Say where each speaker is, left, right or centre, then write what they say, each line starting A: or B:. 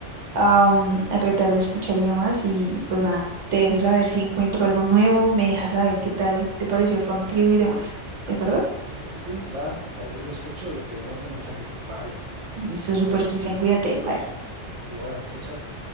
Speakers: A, on the right; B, on the right.
A: am, a tratar de escuchar y demás. Y pues nada, te dejo saber si encuentro algo nuevo, me dejas saber qué tal te pareció Frank Tribu y demás. ¿De acuerdo?
B: Sí, sí, sí, va, ahí lo escucho y te mando mensaje. Vale,
A: Listo, súper Cristian, cuídate, bye.
B: igual, chao, chao.